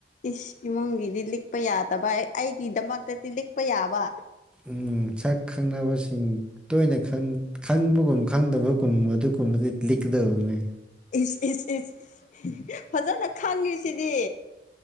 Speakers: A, on the left; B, in the centre.
A: ꯏꯁ ꯏꯃꯨꯡꯒꯤꯗꯤ ꯂꯤꯛꯄ ꯌꯥꯗꯕ ꯑꯩꯒꯤꯗꯃꯛꯇꯗꯤ ꯂꯤꯛꯄ ꯌꯥꯕ
B: ꯎꯝ ꯁꯛ ꯈꯪꯅꯕꯁꯤꯡ ꯇꯣꯏꯅ ꯈꯪ ꯈꯪꯕꯒꯨꯝ ꯈꯪꯗꯕꯒꯨꯝ ꯑꯗꯨꯒꯨꯝꯕꯗꯤ ꯂꯤꯛꯀꯗꯕꯅꯤ
A: ꯏꯁ ꯏꯁ ꯏꯁ ꯐꯖꯅ ꯈꯪꯉꯤꯁꯤꯗꯤ